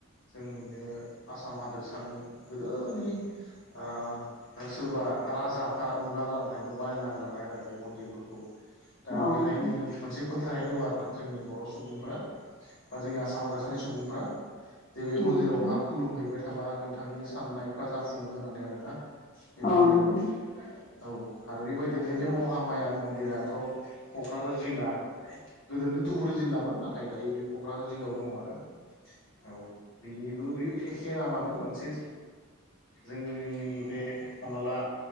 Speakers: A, on the left; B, on the left.
A: जोंनिनो आसाम हादोरसानि गोदोनि ओ सोरबा राजाफ्रा लुना गालांनाय बा बानायना गालांनाय आरो बे मन्दिरफोरखौ दा
B: नोंथां
A: बेहायनो मोनसे फोथायनाय दं आरो ना जोंनि बर' सुबुंफोरा बा जोंनि आसाम हादरसानि सुबुंफोरा जेरै
B: औ
A: मन्दिरावहा
B: नोंथां
A: खुलुमहैबाय थाबा नोंथांनि साननायफ्रा जाफुङो होननानै आरोना बेबायदि
B: औ नोंथां
A: आरो औ आरो बेबायदिनो बे महाम माया मन्दिराथ' क'क्राझार जिल्ला गोदोनि धुबुरि जिल्लामोन नाथाय दायो बे क'क्राझार जिल्लायाव दं आरो औ बिबो बे एखे नामानो मोनसे जों जोंनि बे हमना ला